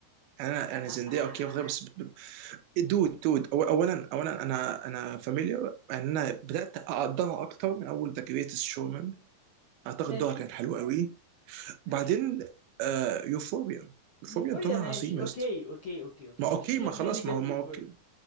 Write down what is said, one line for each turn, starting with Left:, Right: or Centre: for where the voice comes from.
Right: يعني انا يعني
Left: آه
Right: زندايا
Left: آه،
Right: اوكي واخدها بس ب- ب- دود دود أو اولا اولا انا انا فاميليار يعني انا بدات اقدرها اكتر من اول ذا جريتست شومان اعتقد
Left: ماشي
Right: دورها كانت حلوه قوي
Left: ماشي
Right: وبعدين آه يوفوريا يوفوريا
Left: يوفوريا
Right: دورها
Left: ماشي
Right: عظيم
Left: اوكي
Right: يا اسطى
Left: اوكي اوكي اوكي
Right: ما اوكي
Left: she did
Right: ما خلاص
Left: really
Right: ما
Left: good
Right: هو ما
Left: في يوفوريا
Right: اوكي